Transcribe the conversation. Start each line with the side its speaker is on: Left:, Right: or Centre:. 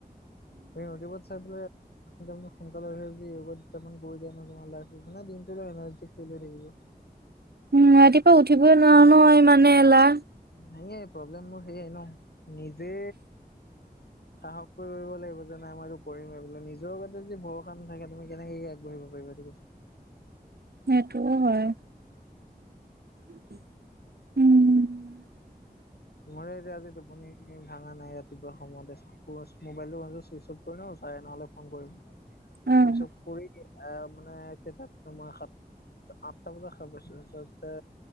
Left: ইউটিউবত চাই পেলে <unintelligible> সোনকালে <unintelligible>
Right: উম, ৰাতিপুৱা উঠিবই নোৱাৰোঁ নহয় ইমানেই এলাহ।
Left: নায়েই প্ৰব্লেম মোৰ সেয়ে ন' নিজে
Right: <inaudible>
Left: সাহস কৰিব লাগিব যে নাই মই এইটো কৰিম এই বোলে নিজৰ গাতে যি ভৰসা নথাকে তুমি কেনেকে আগবাঢ়িব পাৰিবা। কোৱাচোন?
Right: সেইটোও হয়। উম
Left: মোৰে আজি -আজি টোপনি ভাঙা নাই ৰাতিপুৱা সময়তে মোবাইলটো <unintelligible> চুইচ অফ কৰি লম চাৰে নহ'লে ফোন কৰিম।
Right: অ'
Left: চুইচ অফ কৰি আহ মানে কেতাত তোমাৰ সাত আট্টা বজাত সাৰ পাইছোঁ তাৰছতে